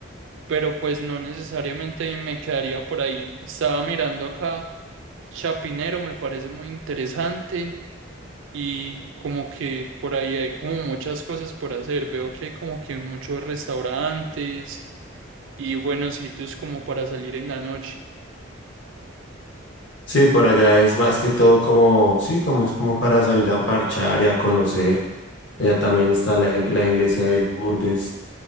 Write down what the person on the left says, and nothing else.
Sí, por allá es más que todo como, sí, como es como para salir a parchar y a conocer. Allá también está la, ig- la iglesia de Lourdes.